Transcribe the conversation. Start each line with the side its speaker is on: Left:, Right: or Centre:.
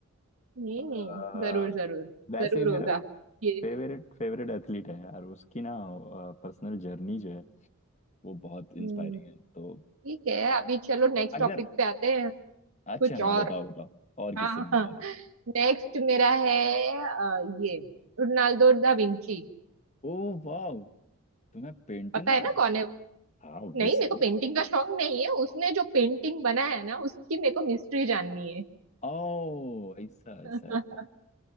Right: हम्म
Left: अ,
Right: जरूर जरूर
Left: वैसे
Right: जरूर
Left: भी
Right: होगा
Left: मेरा
Right: ये
Left: फेवरेट फेवरेट एथलीट है यार उसकी ना पर्सनल जर्नी जो है वो बहुत
Right: हम्म
Left: इंस्पायरिंग है तो
Right: ठीक है अभी चलो नेक्स्ट
Left: अगर
Right: टॉपिक पे आते हैं
Left: अच्छा
Right: कुछ
Left: हाँ
Right: और
Left: बताओ बताओ और किससे
Right: हाँ
Left: मिला
Right: हाँ
Left: दूं
Right: नेक्स्ट मेरा है अ, ये रोनाल्डो दा विंची
Left: ओ वाह तुम्हें पेंटिंग
Right: पता
Left: का
Right: है
Left: शौक
Right: ना कौन
Left: है
Right: है वो
Left: हाँ ऑब्वियसली
Right: नहीं मेरे को पेंटिंग का शौक नहीं है उसने जो पेंटिंग बनाया है ना उसकी मेरे को मिस्ट्री जाननी है
Left: ओ ऐसा
Right: <laughs>
Left: ऐसा ऐसा